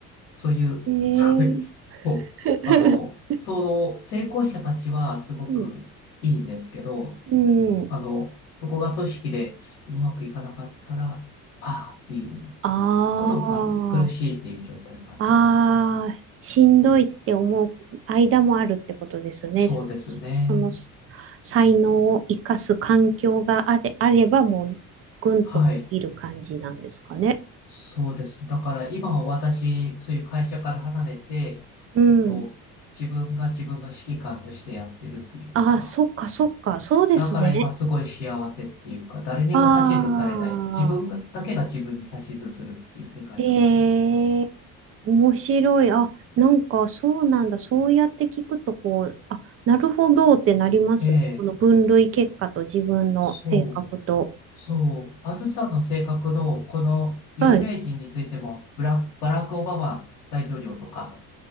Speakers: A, on the left; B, on the right.
A: そういう、
B: うん、
A: すごい、こう、
B: え
A: あの、
B: え <laughs>
A: その成功者たちはすごくいいんですけど、
B: うん、うん、
A: あの、そこが組織でうまくいかなかったら、ああっていう
B: あ
A: こともある。
B: あ。
A: 苦しいっていう状態もあったりする。
B: ああ、しんどいって思う間もあるってことですね。
A: そうですね。
B: その才能を生かす環境があれ、あればもうぐんと伸びる感じなんですかね。
A: はい。そうです。だから今は私、そういう会社から離れて、
B: うん。
A: えっと、自分が自分の指揮官としてやってるというか、
B: ああ、そっかそっか、そうですね。
A: だから今すごい幸せっていうか、誰にも指図されない、
B: ああ、
A: 自分がだけが自分に指図するっていう世界だから。
B: へえ、面白い。あ、なんかそうなんだ。そうやって聞くと、こう、あ、なるほどってなりますね。
A: ええ、
B: この分類結果と自分の性格と。
A: そう、そう。あずさんの性格のこの有名人についても、
B: はい。
A: ブラ、バラク・オバマ大統領とか